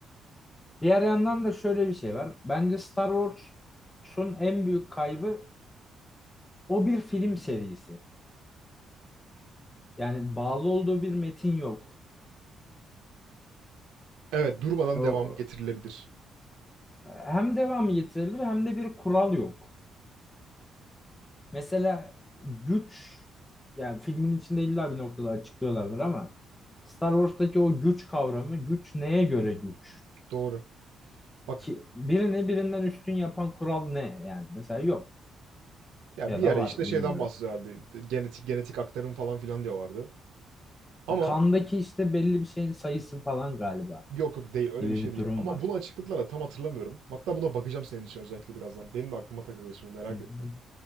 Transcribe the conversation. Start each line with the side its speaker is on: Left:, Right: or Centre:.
Left: Diğer yandan da şöyle bir şey var. Bence Star Wars'un en büyük kaybı o bir film serisi. Yani bağlı olduğu bir metin yok.
Right: Evet durmadan
Left: O,
Right: devam getirilebilir.
Left: hem devamı getirebilir hem de bir kural yok. Mesela güç yani filmin içinde illa bir noktada açıklıyorlardır ama Star Wars'taki o güç kavramı güç neye göre güç?
Right: Doğru. Bak
Left: Ki birini birinden üstün yapan kural ne yani? Mesela yok
Right: ya
Left: ya
Right: bir
Left: da
Right: ara
Left: var
Right: işte şeyden
Left: bilmiyorum.
Right: bahsediyorlardı. Genetik genetik aktarım falan filan diyorlardı. Ama
Left: Kandaki işte belli bir şeyin sayısı falan galiba
Right: yok yok değil öyle
Left: gibi
Right: bir şey
Left: bir
Right: değil.
Left: durum
Right: Ama
Left: var.
Right: bunu açıkladılar da tam hatırlamıyorum. Hatta buna bakacağım senin için özellikle birazdan. Benim de aklıma takıldı şimdi merak
Left: Hı hı.
Right: ettim.